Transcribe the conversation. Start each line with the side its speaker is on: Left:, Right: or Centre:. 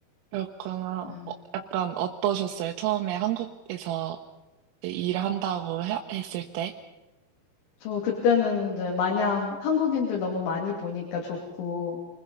Right: 그렇구나.
Left: 예.
Right: 어, 약간 어떠셨어요? 처음에 한국에서 이제 일을 한다고 해- 했을 때?
Left: 저 그때는 이제 마냥 한국인들 너무 많이 보니까 좋고,